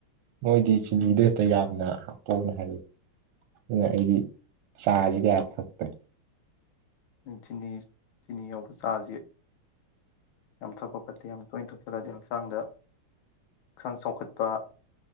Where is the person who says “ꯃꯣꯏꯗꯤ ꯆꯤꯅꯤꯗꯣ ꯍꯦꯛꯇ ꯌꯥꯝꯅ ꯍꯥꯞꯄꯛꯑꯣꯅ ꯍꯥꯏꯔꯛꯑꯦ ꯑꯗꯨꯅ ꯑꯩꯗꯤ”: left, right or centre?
Right